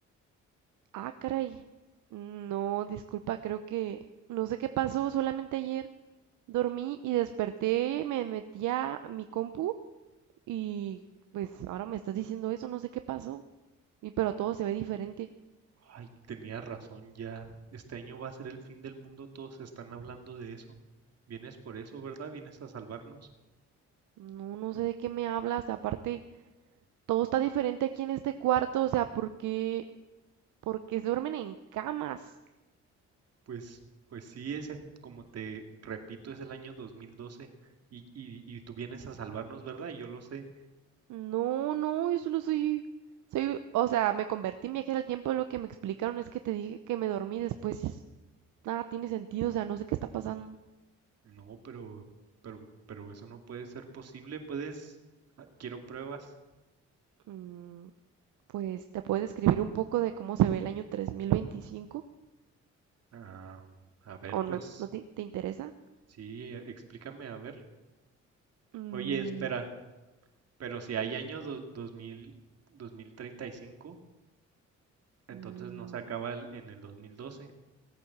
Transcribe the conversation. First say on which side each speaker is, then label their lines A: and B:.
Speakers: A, on the right; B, on the right.
A: Ah, caray. No, disculpa, creo que no sé qué pasó, solamente ayer dormí y desperté, me metí a mi compu y pues ahora me estás diciendo eso, no sé qué pasó. Y pero todo se ve diferente.
B: Ay, tenía razón ya. Este año va a ser el fin del mundo, todos están hablando de eso. Vienes por eso, ¿verdad? Vienes a salvarnos.
A: No, no sé de qué me hablas. Aparte, todo está diferente aquí en este cuarto. O sea, ¿por qué, por qué se duermen en camas?
B: Pues, pues sí, ese, como te repito, es el año 2012 y, y, y tú vienes a salvarnos, ¿verdad? Y yo lo sé.
A: No, no, yo solo soy, soy, o sea, me convertí en viajera al tiempo. Lo que me explicaron es que te dije que me dormí después. Nada tiene sentido, o sea, no sé qué está pasando.
B: No, pero, pero, pero eso no puede ser posible, puedes, ah, quiero pruebas.
A: Mm, pues, ¿te puedes describir un poco de cómo se ve el año 3025?
B: Ah, a ver,
A: ¿O
B: pues,
A: no, no te, te interesa?
B: sí, eh, explícame, a ver.
A: Mm,
B: Oye, espera, pero si hay año do- 2000, 2035, entonces
A: mm,
B: no se acaba el- en el 2012